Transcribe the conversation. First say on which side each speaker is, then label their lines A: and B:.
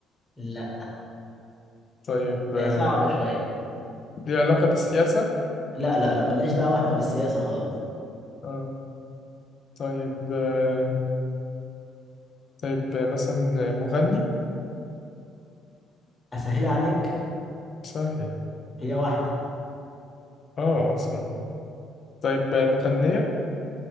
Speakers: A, on the left; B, on the left.
A: لا
B: طيب آه،
A: هي صعبة شوية
B: ليه علاقة بالسياسة
A: لا لا لا ملناش دعوة احنا بالسياسة خالص
B: اه طيب آه، طيب آه، مثلا آه، مغني
A: اسهلها عليك
B: سهل
A: هي واحدة
B: اه أصلا طيب آه، مغنية